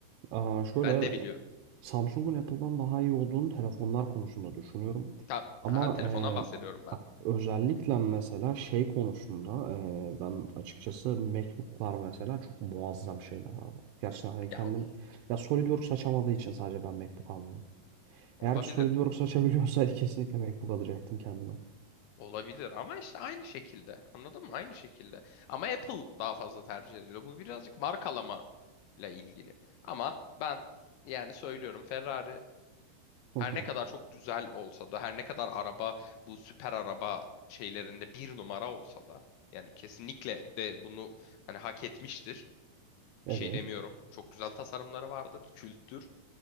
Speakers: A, on the right; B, on the left.
A: Aa, şöyle
B: Ben de biliyorum.
A: Samsung'un Apple'dan daha iyi olduğunu telefonlar konusunda düşünüyorum.
B: Tam,
A: Ama
B: aha, telefondan
A: eee,
B: bahsediyorum ben.
A: ha, özellikle mesela şey konusunda eee, ben açıkçası MacBook'lar mesela çok muazzam şeyler abi. Gerçekten hani kendim
B: Ya o-
A: ya SolidWorks açamadığı için sadece ben MacBook almıyorum.
B: olabilir.
A: Eğer ki SolidWorks açabiliyorsaydı <laughs> kesinlikle MacBook alacaktım kendime.
B: Olabilir ama işte aynı şekilde. Anladın mı? Aynı şekilde. Ama Apple daha fazla tercih ediliyor. Bu birazcık markalama ile ilgili. Ama ben yani söylüyorum Ferrari
A: Hı
B: Her
A: hı.
B: ne kadar çok güzel olsa da, her ne kadar araba bu süper araba şeylerinde bir numara olsa da, yani kesinlikle de bunu hani hak etmiştir.
A: Evet.
B: Bir şey demiyorum. Çok güzel tasarımları vardır, külttür